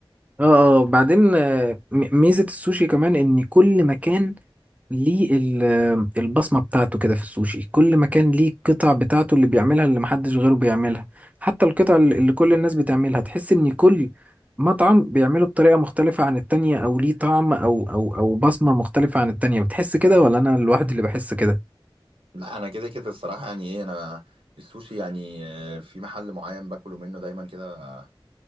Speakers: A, on the right (about 15°); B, on the right (about 80°).
A: اه آه، بعدين آه، م- ميزة السوشي كمان ان كل مكان ليه ال- البصمة بتاعته كده في السوشي كل مكان ليه القطع بتاعته اللي بيعملها اللي محدش غيره بيعملها حتى القطع اللي اللي كل الناس بتعملها تحس ان كل مطعم بيعمله بطريقة مختلفة عن التانية او ليه طعم او او او بصمة مختلفة عن التانية بتحس كده ولا انا الواحد اللي بحس كده
B: لا انا كده كده الصراحه يعني ايه انا السوشي يعني آه، في محل معين باكله منه دايما كده